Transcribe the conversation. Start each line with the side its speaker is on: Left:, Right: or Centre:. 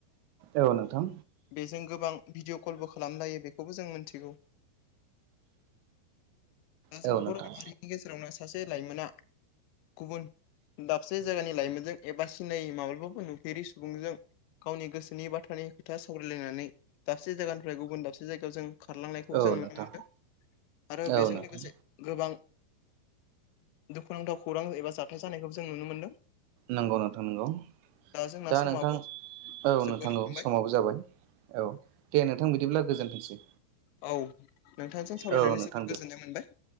Right: औ नोंथां
Left: बेजों गोबां भिडिअ' कलबो खालामलायो बेखौबो जों मिथिगौ दा
Right: औ
Left: जों
Right: नोंथां
Left: बर' माहारिनि गेजेरावनो सासे लाइमोना गुबुन दाबसे जायगानि लाइमोनजों एबा सिनायै माब्लाबाबो नुफेरि सुबुंजों गावनि गोसोनि बाथ्रानि खोथा सावरायलायनानै दाबसे जायगानिफ्राय गुबुन दाबसे जायगायाव जों खारलांनायखौबो
Right: औ
Left: जों नुनो
Right: नोंथां
Left: मोनदों आरो
Right: औ
Left: बेजों
Right: नोंथां
Left: लोगोसे गोबां दुखुनांथाव खौरां एबा जाथाय जानायखौ जों नुनो मोनदों
Right: नंगौ नोंथां नंगौ
Left: जोंना
Right: दा
Left: समाबो
Right: नोंथां औ
Left: जोबबोनो
Right: नोंथां औ
Left: हमबाय
Right: समाबो जाबाय औ दे नोंथां बिदिब्ला गोजोनथोंसै
Left: औ नोंथांजों सावरायनानै
Right: औ नोंथां
Left: जोबोर
Right: दे
Left: गोजोननाय मोनबाय